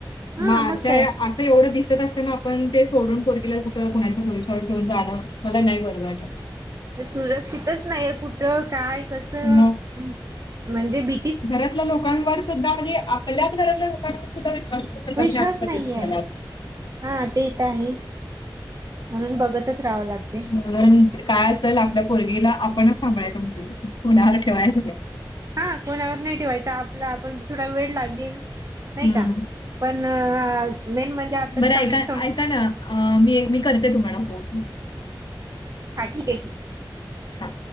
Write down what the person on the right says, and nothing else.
हा
काय.
तर सुरक्षितच नाहीये कुठं? काय कस?
<unintelligible> म्हणजे बी
विश्वास
नाहीये
हा ते एक आहे... म्हणून बघतच राहावं लागतंय
हा कोणावर नाई ठेवायचं.. आपलं आपण... थोडा वेड लागेल नई
का... पण... मेन म्हणजे आताचे
चांगले
सं
हा... ठिक ए... ठीक ए